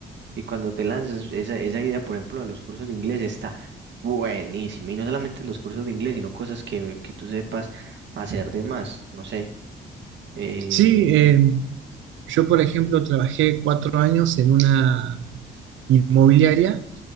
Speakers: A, on the right (about 65°); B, on the right (about 75°).
A: Y cuando te lanzas, esa, esa idea, por ejemplo, de los cursos de inglés está buenísima. Y no solamente los cursos de inglés, sino cosas que, que tú sepas hacer de más, no sé. Eh,
B: Sí, eh, yo, por ejemplo, trabajé cuatro años en una inmobiliaria